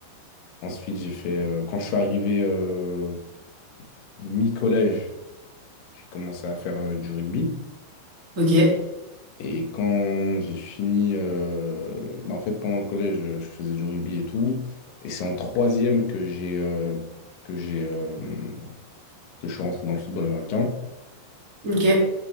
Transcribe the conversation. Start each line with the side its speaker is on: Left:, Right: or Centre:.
Left: Ensuite, j'ai fait, euh, quand je suis arrivé euh, mi-collège, j'ai commencé à faire euh, du rugby.
Right: Ok.
Left: Et quand j'ai fini, euh, bah, en fait, pendant le collège, je je faisais du rugby et tout. Et c'est en troisième que j'ai euh, que j'ai euh, que je suis rentré dans le football américain.
Right: Ok. Ouais.